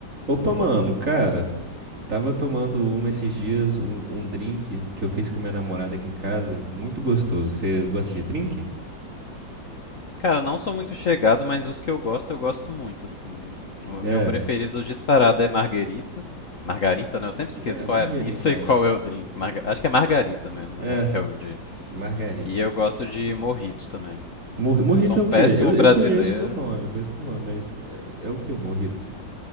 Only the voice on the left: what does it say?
Cara, não sou muito chegado, mas os que eu gosto, eu gosto muito, assim. O
meu preferido disparado é marguerita. Margarita, né? Eu sempre esqueço
qual
é a pizza <laughs> e qual
é o drink. Marga- Acho que é margarita mesmo,
na real, que é o de...
E eu gosto de mojito também.
Eu sou um
péssimo
brasileiro.